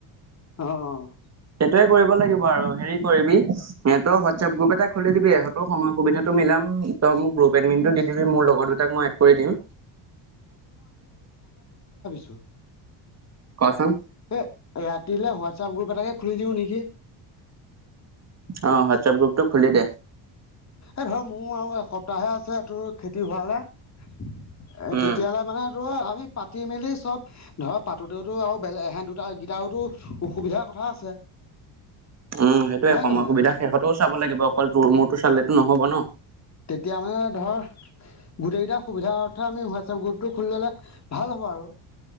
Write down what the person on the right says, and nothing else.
সেইটোয়ে কৰিব লাগিব আৰু হেৰি কৰিবি এ তই হোৱাটছএপ গ্ৰুপ এটা খুলি দিবিহঁত সময়ৰ সুবিধাটো মিলাম ত মোক গ্ৰুপ এডমিটটো দি দিবি মোৰ লগত তাক মই এড কৰি দিম।
কচোন
অ হোৱাটছআপ গ্ৰুপটো খুলি দে।
উম
উম সেইটোয়ে
সময়
সুবিধা শেষতও চাব লাগিব অকল তোৰ মোৰতো চালেতো নহব ন।